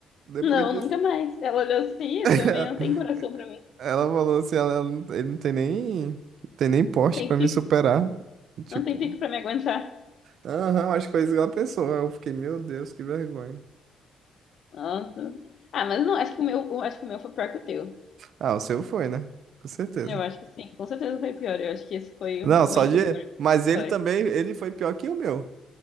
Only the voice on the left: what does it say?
Não,
nunca mais. Ela olhou assim, esse
homem não tem coração pra mim.
Não tem
pico.
Não tem pico pra me aguentar.
Nossa. Ah, mas não, acho que o meu, eu acho que o meu foi pior que o teu.
Eu acho que sim, com certeza foi pior. Eu acho que esse foi realmente
o pior
história